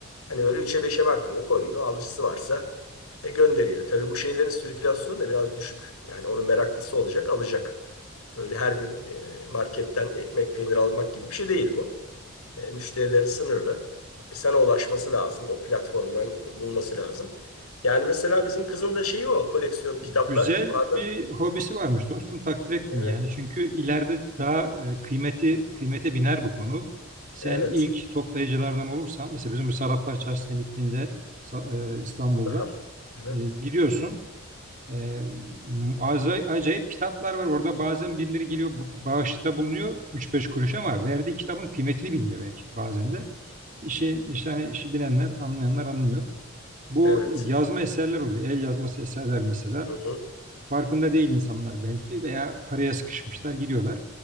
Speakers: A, on the left; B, on the right.
A: Hani böyle üçe beşe bakmıyor, koyuyor. Alıcısı varsa e, gönderiyor. Tabii bu şeylerin sirkülasyonu da biraz düşük. Yani onun meraklısı olacak, alacak. Böyle her gün e, marketten ekmek, peynir almak gibi bir şey değil bu. E, müşterileri sınırlı. E, sana ulaşması lazım. O platformdan bulması lazım. Yani mesela bizim kızın da şeyi o. Koleksiyon kitaplar.
B: Güzel
A: Bazen
B: bir hobisi varmış dostum takdir ettim
A: evet.
B: yani. Çünkü ileride daha e, kıymeti kıymete biner bu konu. Sen
A: Evet.
B: ilk toplayıcılardan olursan mesela bizim bu Sarraflar Çarşısı'na gittiğinde Sa- e, İstanbul'da
A: Daha. Hı,
B: e, gidiyorsun. E, aza- acayip kitaplar var orada bazen birileri geliyor ba- bağışta bulunuyor üç beş kuruş ama verdiği kitabın kıymetini bilmiyor belki bazen de. İşi, işte işi bilenler, anlayanlar anlıyor. Bu
A: Evet.
B: yazma eserler oluyor. El yazması eserler mesela.
A: Hı hı.
B: Farkında değil insanlar belki veya paraya sıkışmışlar, giriyorlar.